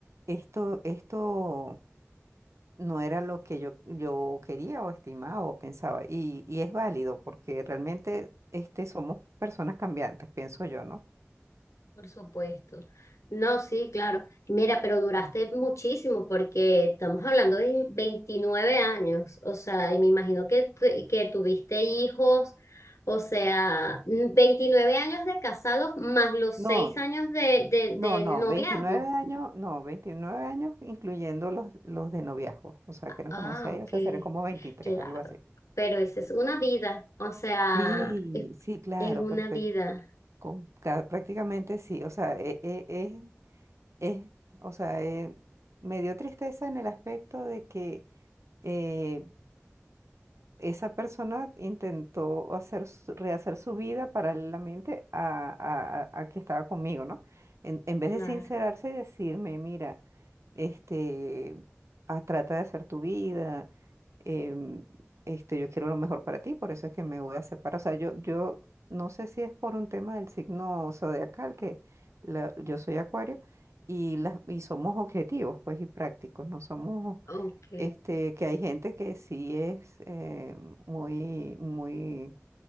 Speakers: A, on the right (about 70°); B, on the left (about 75°).
A: esto, esto no era lo que yo, yo quería o estimaba o pensaba. Y, y es válido porque realmente este, somos personas cambiantes, pienso yo, ¿no?
B: Por supuesto. No, sí, claro. Mira, pero duraste muchísimo porque estamos hablando de 29 años, o sea, y me imagino que, tu- que tuviste hijos, o sea, 29 años de casados más los
A: No,
B: 6 años de, de,
A: no,
B: de
A: no,
B: noviazgo.
A: 29 años, no, 29 años incluyendo los, los de noviazgo, o sea, que eran
B: Ah,
A: como seis
B: ok,
A: o sea, serían como veintitrés
B: claro.
A: algo así.
B: Pero esa es una vida, o sea,
A: Sí,
B: es,
A: sí, claro,
B: es una
A: perfecto.
B: vida,
A: Con ca- prácticamente sí, o sea, e- e- es, es, o sea, eh, me dio tristeza en el aspecto de que eh, esa persona intentó hacer, su- rehacer su vida paralelamente a, a- a- a que estaba conmigo, ¿no? En, en vez
B: claro.
A: de sincerarse y decirme, mira, este, ah, trata de hacer tu vida, em, este, yo quiero lo mejor para ti, por eso es que me voy a separar. O sea, yo, yo no sé si es por un tema del signo zodiacal, que la- yo soy acuario, y, las, y somos objetivos, pues, y prácticos, no somos
B: Ok.
A: este, que hay gente que sí es eh, muy, muy